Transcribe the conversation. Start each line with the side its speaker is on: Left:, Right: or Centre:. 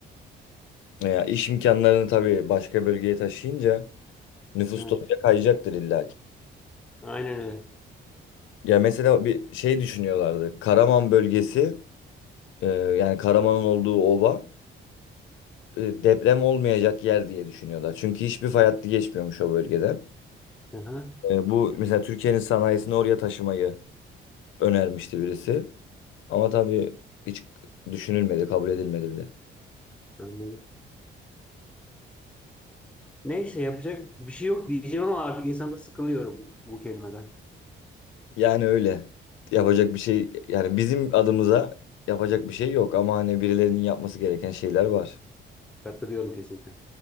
Left: Ya iş imkanlarını tabii başka bölgeye taşıyınca Nüfus
Centre: Evet.
Left: da oraya kayacaktır illa ki.
Centre: Aynen öyle.
Left: Ya mesela bir şey düşünüyorlardı. Karaman bölgesi e, yani Karaman'ın olduğu ova e, deprem olmayacak yer diye düşünüyorlar. Çünkü hiçbir fay hattı geçmiyormuş o bölgeden.
Centre: Hı hı.
Left: E, bu mesela Türkiye'nin sanayisini oraya taşımayı önermişti birisi. Ama tabii hiç düşünülmedi, kabul edilmedi bile.
Centre: Anladım. Neyse yapacak bir şey yok diyeceğim ama artık insanda sıkılıyorum bu, bu kelimeden.
Left: Yani öyle. Yapacak bir şey yani bizim adımıza yapacak bir şey yok ama hani birilerinin yapması gereken şeyler var.
Centre: Katılıyorum kesinlikle.